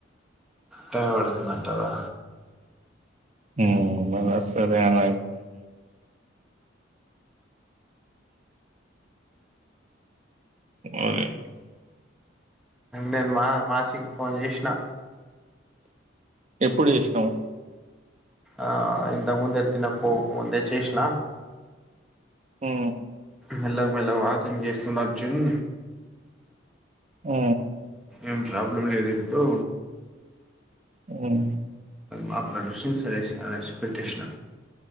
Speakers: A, in the centre; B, on the right.
A: టైం పడుతుందంటదా
B: హ మన సర అన అదే
A: నేను మా మాసికి ఫోన్ చేసినా
B: ఎప్పుడు ఇష్టాము
A: ఆ ఇంతకు ముందె తినకు ముందే చేసిన
B: ఆ
A: మెల్లగా మెల్లగా వాకింగ్ చేస్తున్నారు అర్జున్
B: ఆ
A: ఏం ప్రాబ్లం లేదు ఇప్పుడు
B: అవును
A: మాట్లాడే సరేసి అనేసి పెట్టేసిన